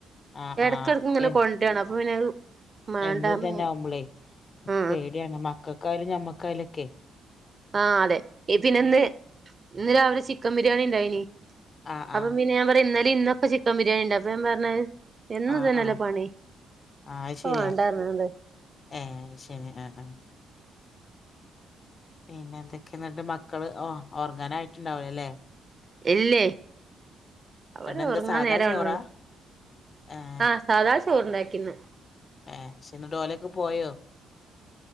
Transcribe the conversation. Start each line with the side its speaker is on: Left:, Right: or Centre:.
Left: ആഹ്
Right: ഇടക്കെടക്ക്
Left: ആഹ്
Right: ഇങ്ങനെ
Left: എ
Right: കൊൻ ന്റാണ് അപ്പൊ പിന്നെ അത് മാണ്ടാന്ന്
Left: എന്നും ഇതെന്നെ
Right: ഞാൻ
Left: ആവുമ്പളേയ്
Right: ആ
Left: പേടിയാണ് മക്കക്കായാലും ഞമ്മക്കായാലും ഒക്കെ
Right: ആഹ് അതെ ഇത് പിന്നെ ഇന്ന് ഇന്ന് രാവിലെ ചിക്കം ബിരിയാണി ഇണ്ടായിനി
Left: ആഹ്
Right: അപ്പൊ
Left: ആഹ്
Right: പിന്നെ ഞാംപറയേ ഇന്നെലിം ഇന്നൊക്കെ ചി ക്കം ബിരിയാണി ഇണ്ട് അപ്പ ഞാംപർണത് എന്നും
Left: ആഹ്
Right: ഇതെന്നെല്ലേ
Left: ആഹ്
Right: പണി
Left: ആഹ് അത്
Right: അപ്പൊ
Left: ശരിയാ
Right: വാണ്ട പർണ്കാണ്ട്
Left: ഏഹ് ശെനി ആഹ് ആഹ് പിന്നെ എന്തെക്കേണ് ഇന്ന്ട്ട് മക്കള് ഒ ഒറങ്ങാനായിട്ട് ഇണ്ടാവൂലലേ അല്ലെ
Right: ഇല്ലൈ അവര്
Left: എന്നിട്ട് എന്താ
Right: ഒറങ്ങാൻ
Left: സാധാ
Right: നേരം
Left: ചോറാ
Right: ആവ്ണാെള്ളു
Left: ഏഹ്
Right: ആഹ് സാദാ ചോറ് ഇണ്ടാക്കിന്ന്
Left: ആഹ് പക്ഷെ ഇന്ന് ഓലൊക്കെ പോയോ